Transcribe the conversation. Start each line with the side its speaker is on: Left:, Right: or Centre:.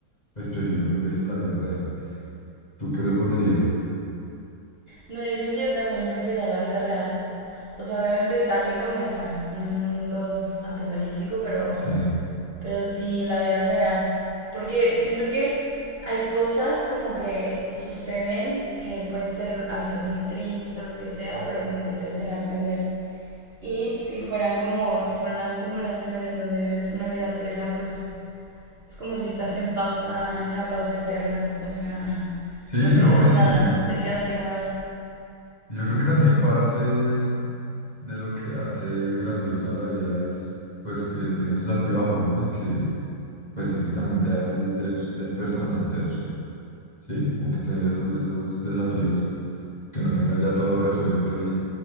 Left: pues prefiero mil veces la vida real. ¿Tú qué responderías?
Right: No, yo creo que yo también preferiría la vida real. O sea, obviamente tal y como está, no en un mundo apocalíptico, pero,
Left: Sí,
Right: pero sí la vida real. Porque siento que hay cosas como que suceden que pueden ser a veces muy tristes o lo que sea, pero como que te hacen aprender. Y si fueran como, si fuera una simulación en donde vives una vida plena, pues es como si estás en pausa, en una pausa eterna. O sea,
Left: sí,
Right: no aprendes
Left: ¿no? Y,
Right: nada,
Left: y-
Right: te quedas igual.
Left: y yo creo que también parte de lo que hace grandioso a la vida es pues que tiene sus altibajos, ¿no? Y que pues eso también te hace ser, ser persona, ser Sí, como que tener esos, esos desafíos, que no tengas ya todo resuelto y